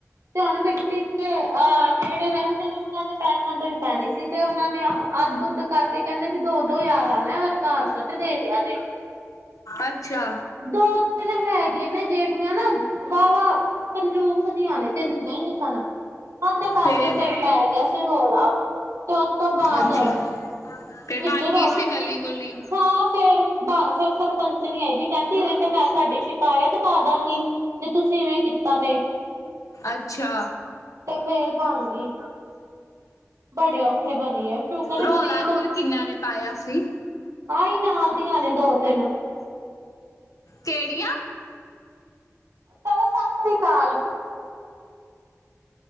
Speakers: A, on the right; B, on the left.
A: ਤੇ ਹੁਣ ਮਿੱਟੀ ਦੇ ਅਹ ਜਿਹੜੇ ਰਹਿੰਦੇ ਨੇ ਉਹ ਉਹਨਾਂ ਨੇ ਪੈਸਾ ਦਿੱਤਾ ਸੀ ਤੇ ਉਹਨਾਂ ਨੇ ਅੱਧ ਉੱਧ ਕਰਕੇ ਕਹਿੰਦੇ ਵੀ ਦੋ ਦੋ ਯਾਰ ਆ ਨਾ ਹਰ ਘਰ ਚ ਤੇ ਦੇ ਜੇ
B: ਅੱਛਾ।
A: ਦੋ ਹੈਗੀਆਂ ਨੇ ਜਿਹੜੀਆਂ ਨਾ ਵਾਹ ਕੰਜੂਸ ਜੀਆਂ ਨੇ ਦਿੰਦੀਆਂ ਹੀ ਨਹੀਂ ਸਨ ਹੁੰਦੇ ਕਰਕੇ
B: ਫੇਰ
A: ਫਿਰ ਪੈ ਗਿਆ ਸੀ ਰੋਲਾ ਤੇ ਉਸ ਤੋਂ ਬਾਅਦ
B: ਅੱਛਾ, ਫੇਰ
A: ਵਿੱਚੋ
B: ਬਣ ਗਈ
A: ਹਾਂ
B: ਸੀ ਗਲੀ ਗੁਲੀ?
A: ਫਿਰ ਫਿਰ ਸਰਪੰਚ ਨੀ ਆਏ ਵੀ ਕਹਿੰਦੀ ਇਵੇਂ ਤੇ ਮੈਂ ਤੁਹਾਡੀ ਸ਼ਿਕਾਇਤ ਪਾ ਦਾਂਗੀ ਜੇ ਤੁਸੀਂ ਇਵੇਂ ਕੀਤਾ ਤੇ
B: ਅੱਛਾ,
A: ਤੇ ਫਿਰ ਬਣ ਗਈ ਬੜੇ ਔਖੇ ਬਣੀ ਆ ਸ਼ੁਕਰ
B: ਰੌਲਾ
A: ਮੀਂਹ
B: ਕਿਹਨਾਂ
A: ਤਾਂ
B: ਨੇ ਪਾਇਆ ਸੀ?
A: ਆਹੀ ਨਾਲ ਦੀਆਂ ਨੇ ਦੋ ਤਿੰਨ
B: ਕਿਹੜੀਆਂ
A: ਚਲੋ ਸਤਿ ਸ੍ਰੀ ਅਕਾਲ